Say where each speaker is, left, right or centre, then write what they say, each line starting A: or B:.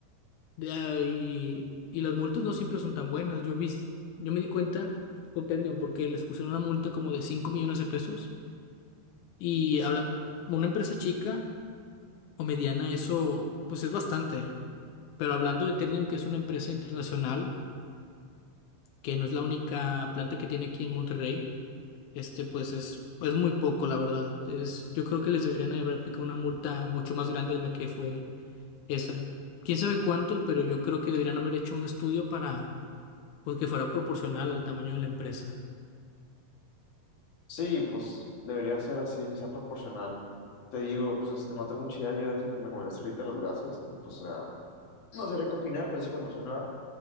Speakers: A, on the left (about 85°); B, on the left (about 50°).
A: De ahí- y las multas no siempre son tan buenas. Yo vi, yo me di cuenta con Ternium porque les pusieron una multa como de cinco millones de pesos y habla, una empresa chica o mediana, eso pues es bastante. Pero hablando de Ternium, que es una empresa internacional, que no es la única planta que tiene aquí en Monterrey, este pues es, es muy poco, la verdad. Es, yo creo que les deberían haber aplicado una multa mucho más grande de la que fue esa. Quién sabe cuánto, pero yo creo que deberían haber hecho un estudio para pues que fuera proporcional al tamaño de la empresa.
B: Sí, pues debería ser así, que sea proporcional. Te digo, pues este, no tengo mucha idea yo de eso que me comentaste ahorita, los gases, y, pues, o sea, no sabría qué opinar, pues es información nueva.